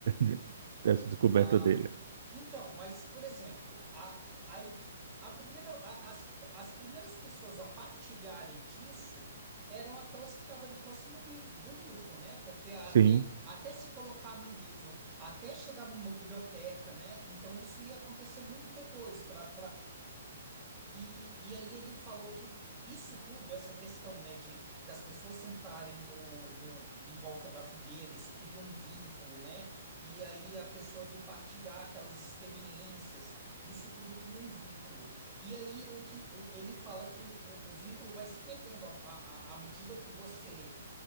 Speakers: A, on the right (about 60°); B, on the right (about 15°).
A: <laughs> dessa descoberta
B: Ah,
A: dele.
B: então, mas, por exemplo, a, a, a primeira, a- as, as primeiras pessoas a partilharem disso eram aquelas que estavam ali próximo de- do Newton, né? Porque até,
A: Sim.
B: até se colocar no livro, até chegar numa biblioteca, né? Então, isso ia acontecer muito depois para e, e aí ele falou que isso tudo, essa questão, né, de das pessoas sentarem no, no em volta da fogueira, isso cria um vínculo, né? E aí a pessoa ali partilhar aquelas experiências, isso tudo cria um vínculo. E aí o que o- ele fala que o, o vínculo vai se perdendo à, à, à medida que você